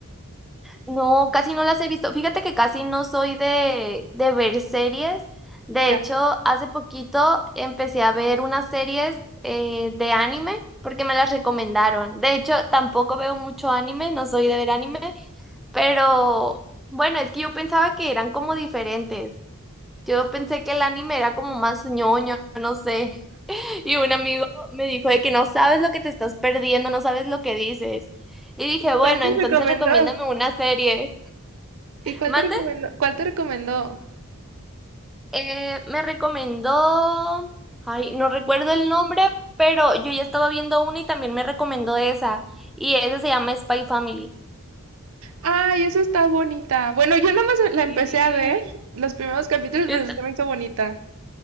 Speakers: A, in the centre; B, on the right.
A: No, casi no las he visto. Fíjate que casi no soy de, de ver series. De
B: Ya.
A: hecho, hace poquito empecé a ver unas series eh, de anime porque me las recomendaron. De hecho, tampoco veo mucho anime, no soy de ver anime, pero bueno, es que yo pensaba que eran como diferentes. Yo pensé que el anime era como más ñoño, no sé. <laughs> Y un amigo me dijo de que no sabes lo que te estás perdiendo, no sabes lo que dices. Y dije, bueno,
B: ¿Cuál te
A: entonces
B: recomendó?
A: recomiéndame una serie.
B: ¿Y cuál
A: Mande.
B: te recomendó? ¿Cuál te recomendó?
A: Eh, me recomendó, ay, no recuerdo el nombre, pero yo ya estaba viendo una y también me recomendó esa. Y esa se llama Spy Family.
B: Ay, esa está bonita. Bueno, yo nada más la
A: Sí,
B: empecé a ver los primeros capítulos,
A: está,
B: pero se me hizo bonita.